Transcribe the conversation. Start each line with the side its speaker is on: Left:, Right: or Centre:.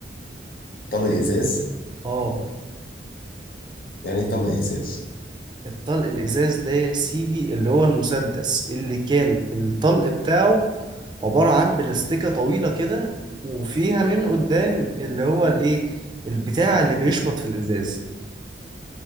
Left: طلق إزاز
Right: اه
Left: يعني إيه طلق إزاز؟
Right: الطلق الازاز ده يا سيدي اللي هو المسدس اللي كان الطلق بتاعه عبارة عن بلاستيكة طويلة كده وفيها من قدام اللي هو الايه البتاع اللي بيشبط في الازاز